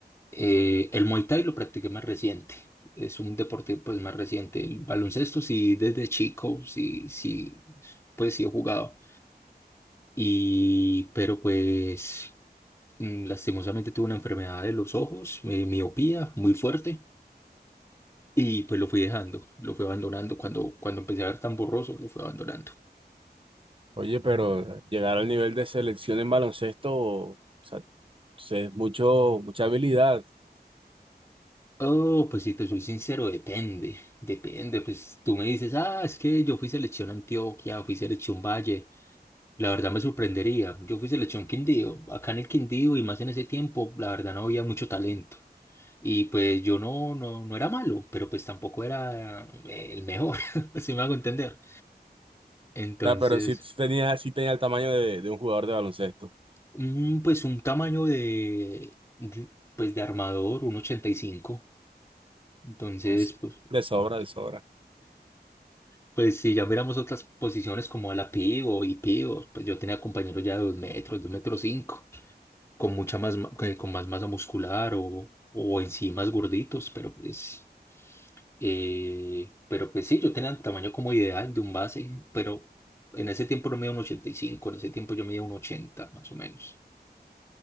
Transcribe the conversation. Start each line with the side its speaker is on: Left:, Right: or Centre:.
Left: Eh, el Muay Thai lo practiqué más reciente. Es un deporte pues más reciente. El baloncesto sí desde chico, sí, sí, pues sí he jugado. Y pero pues mm, lastimosamente tuve una enfermedad de los ojos, eh, miopía muy fuerte y pues lo fui dejando, lo fui abandonando cuando cuando empecé a ver tan borroso, lo fui abandonando.
Right: Oye, pero llegar al nivel de selección en baloncesto, o sea, es mucho, mucha habilidad.
Left: Oh, pues si te soy sincero, depende, depende. Pues tú me dices, ah, es que yo fui selección Antioquia, fui selección Valle. La verdad me sorprendería. Yo fui selección Quindío. Acá en el Quindío y más en ese tiempo, la verdad no había mucho talento. Y pues yo no, no, no era malo, pero pues tampoco era eh, el mejor, <laughs> si me hago entender. Entonces,
Right: sea, pero sí tenía, sí tenía el tamaño de, de un jugador de baloncesto.
Left: un- pues un tamaño de, de- pues de armador, un 85. Entonces,
Right: Entonces,
Left: pues,
Right: de sobra,
Left: ah,
Right: de sobra.
Left: pues si ya miramos otras posiciones como a la pivo y pivos, pues yo tenía compañeros ya de 2 metros, 2 metros cinco con mucha más, ma- que- con más masa muscular o, o en sí más gorditos, pero pues, eh, pero pues sí, yo tenía el tamaño como ideal de un base, pero en ese tiempo no medía un 85, en ese tiempo yo medía un 80 más o menos.